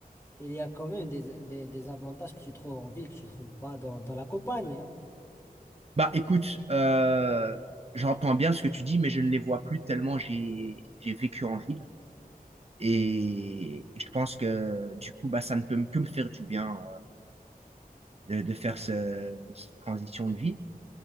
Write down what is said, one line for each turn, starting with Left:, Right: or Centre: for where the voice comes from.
Left: il y a quand même des, des, des avantages que tu trouves en ville que tu ne trouves pas dans, dans la campagne. hein.
Right: Bah, écoute, euh, j'entends bien ce que tu dis, mais je ne les vois plus tellement j'ai j'ai vécu en ville. Et je pense que du coup, bah, ça ne peut que me faire du bien euh, de, de faire ce- cette transition de vie.